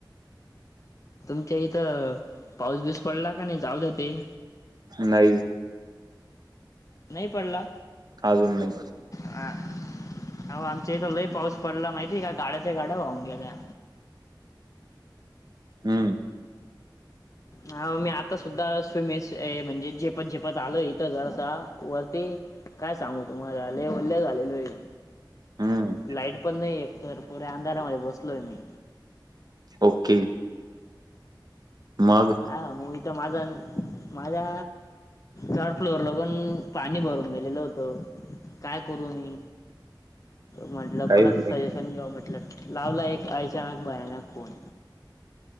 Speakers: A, on the left; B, on the right.
A: तुमच्या इथं पाऊस बीऊस पडला का नाही जाऊ द्या ते
B: नाही
A: नाही पडला
B: अजून नाही
A: हा आहो आमच्या इथ लय पाऊस पडला माहिती आहे का गाड्याच्या गाड्या वाहून गेल्या
B: हम्म
A: हा मी आता सुद्धा स्विमिंस ऐ म्हणजे झेपत झेपत आलो इथं घर आता वरती काय सांगू तुम्हाला लेय वल झालेलो आहे
B: हम्म
A: लाइट पण नाही एकतर पुऱ्या अंधारामध्ये बसलोय मी
B: हो कि मग
A: हा म इथं माझा माझ्या थर्ड फ्लोअरला पण पाणी भरून गेलेलं होतं काय करू मी म्हटलं
B: काहीच
A: कोणाच
B: नाही
A: सजश शन घ्याव म्हटलं लावला एक अचानक भयानक फोन